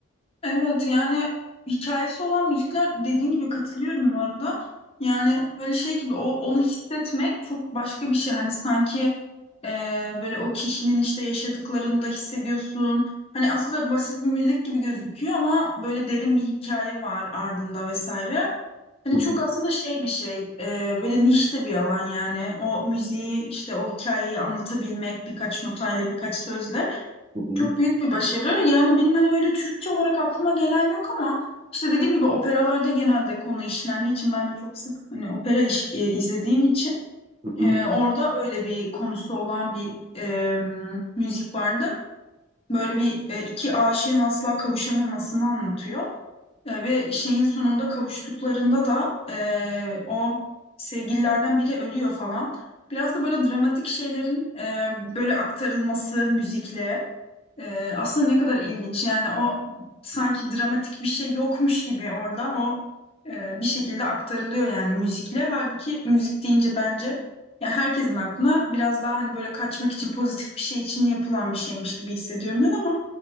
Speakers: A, on the left; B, on the right.
A: Evet yani hikayesi olan müzikler dediğin gibi katılıyorum bu arada. Yani böyle şey gibi o, onu hissetmek çok başka bir şey. Hani sanki e, böyle o kişinin işte yaşadıklarını da hissediyorsun. Hani aslında basit bir müzik gibi gözüküyor ama böyle derin bir hikaye var ardında vesaire. Hani
B: Hı hı,
A: çok aslında şey bir şey, e, böyle niş de bir alan yani. O müziği işte o hikayeyi anlatabilmek birkaç notayla birkaç sözle
B: hı hı,
A: çok büyük bir başarı. Yani benim hani böyle Türkçe olarak aklıma gelen yok ama işte dediğim gibi operalarda genelde konu işlendiği için ben de çok sık hani opera iş- e, izlediğim için
B: hı
A: e,
B: hı,
A: orada öyle bir konusu olan bir e, müzik vardı. Böyle bir e, iki aşığın asla kavuşamamasını anlatıyor. E, ve şeyin sonunda kavuştuklarında da e, o sevgililerden biri ölüyor falan. Biraz da böyle dramatik şeylerin e, böyle aktarılması müzikle. Ee, aslında ne kadar ilginç. Yani o sanki dramatik bir şey yokmuş gibi orada o e, bir şekilde aktarılıyor yani müzikle. Halbuki müzik deyince bence ya herkesin aklına biraz daha hani böyle kaçmak için pozitif bir şey için yapılan bir şeymiş gibi hissediyorum ben ama